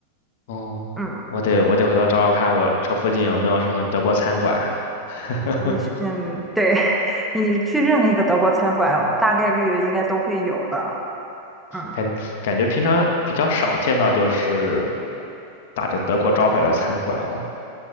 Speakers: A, on the left; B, in the centre.
A: 哦，
B: 嗯，
A: 我得我得回头找找看，我这附近有没有什么德国餐馆。<laughs>
B: 你去，嗯，对，<laughs> 你去任何一个德国餐馆，我大概率应该都会有的。嗯。
A: 感感觉平常比较少见到，就是打着德国招牌的餐馆哦。